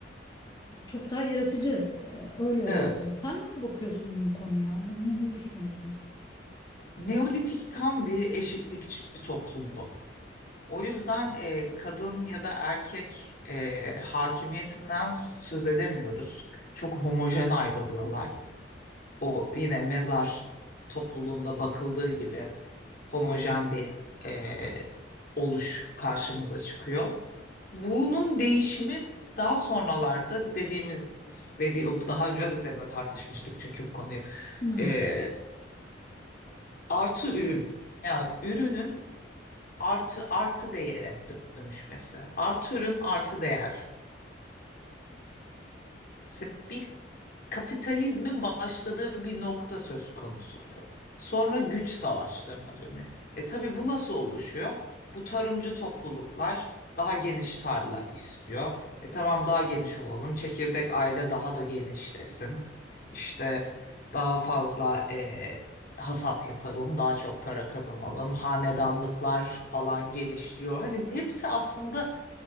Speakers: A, on the left; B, on the left.
A: çok daha yaratıcı. E, öyle özetleyeyim.
B: Evet,
A: Sen nasıl bakıyorsun bu konuya? Ne, ne, ne düşünüyorsun?
B: Neolitik tam bir eşitlikçi toplumdu. O yüzden e, kadın ya da erkek e, hakimiyetinden söz edemiyoruz. Çok homojen ayrılıyorlar. O yine mezar topluluğunda bakıldığı gibi homojen bir e, oluş karşımıza çıkıyor. Bunun değişimi daha sonralarda dediğimiz dediği daha önce de seninle tartışmıştık çünkü bu konuyu
A: Hmm.
B: E, artı ürün yani ürünün artı artı değere dönüşmesi. Artı ürün artı değer. Se- Bir kapitalizmin başladığı bir nokta söz konusu. Sonra güç savaşlarına dönüyor. E tabii bu nasıl oluşuyor? Bu tarımcı topluluklar daha geniş tarla istiyor. E tamam daha geniş olalım. Çekirdek aile daha da genişlesin. İşte daha fazla e, hasat yapalım, daha çok para kazanalım. Hanedanlıklar falan gelişiyor. Hani hepsi aslında